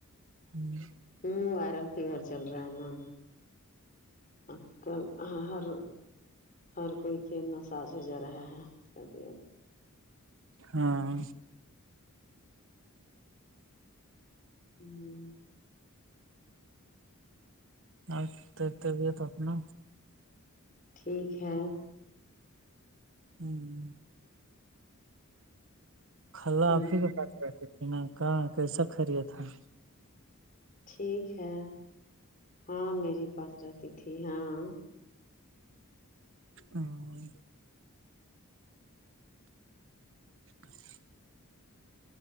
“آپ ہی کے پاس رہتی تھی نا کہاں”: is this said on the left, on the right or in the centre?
Right